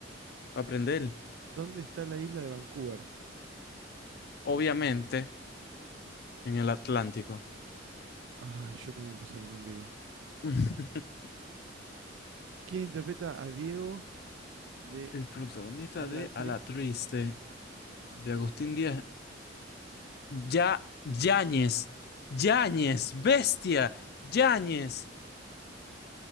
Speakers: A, on the left (about 55°); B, on the right (about 75°).
A: aprender,
B: ¿Dónde está la isla de Vancouver?
A: obviamente, en el Atlántico.
B: Ay, yo también puse Atlántico.
A: <laughs>
B: ¿Quién interpreta a Diego de
A: El protagonista
B: A la
A: de
B: Triste?
A: A la Triste, de Agustín Díaz, ya, Yáñez, Yáñez, bestia, Yáñez.